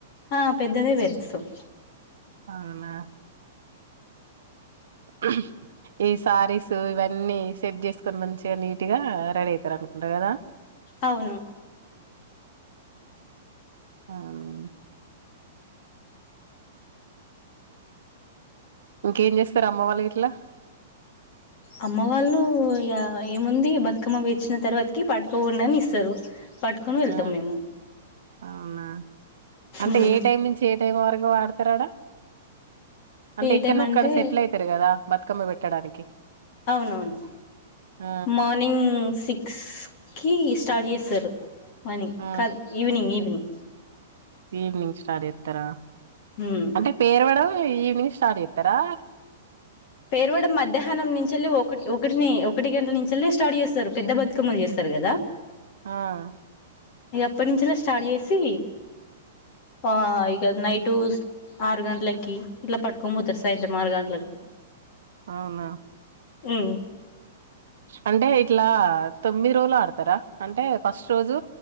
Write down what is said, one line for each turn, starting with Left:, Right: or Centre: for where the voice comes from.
Left: ఆ పెద్దదే పెరుస్తాం
Right: అవునా. హు. ఈ శారీస్ ఇవన్నీ సెట్ చేసుకొని మంచిగా నీటి గా రెడీ అయితారు అనుకుంటారు కదా.
Left: అవును.
Right: అవునా. ఇంకేం చేస్తారు అమ్మ వాళ్ళ ఇట్లా.
Left: అమ్మ వాళ్ళు ఇగ ఏముంది బతుకమ్మ వచ్చిన తర్వాతకి పట్టుకో ఉండి అని ఇస్తారు. పట్టుకొని వెళ్దాం
Right: ఆ!
Left: మేము.
Right: అవునా అంటే
Left: ఉమ్
Right: ఏ టైం నుంచి ఏ టైం వరకు పాడుతారు ఆడ. అంటే
Left: ఏ
Right: ఎక్కడనో
Left: టైం అంటే
Right: ఒక్కడ సెటిల్ అయితారు కదా బతుకమ్మ పెట్టడానికి.
Left: అవును అవును
Right: ఆ
Left: మార్నింగ్ సిక్స్ కి. స్టార్ట్ చేశారు మనీ
Right: ఆ
Left: కాదు ఈవినింగ్ ఈవినింగ్.
Right: ఈవినింగ్ స్టార్ట్ చేతర
Left: ఉమ్
Right: అంటే పేరవడం ఈ. ఈవినింగ్ స్టార్ట్ చేతరా
Left: పేరువాడ మధ్యాహ్నం నుంచి ఒకటి ఒకటిని ఒకటి గంటల నుంచి లే స్టార్ట్ చేస్ పెద్ద బతుకమ్మలు చేస్తరు కదా.
Right: ఆ.
Left: ఇగ అప్పటి నుంచిల స్టార్ట్ చేసి ఆ ఇగ నైటు ఆరు గంటలకి ఇట్లా పట్టుకో పోతారు సాయంత్రం ఆరు గంటలకి.
Right: అవున
Left: ఉమ్
Right: అంటే ఇట్ల తొమ్మిది రోజులు ఆడతార అంటే ఫస్ట్ రోజు.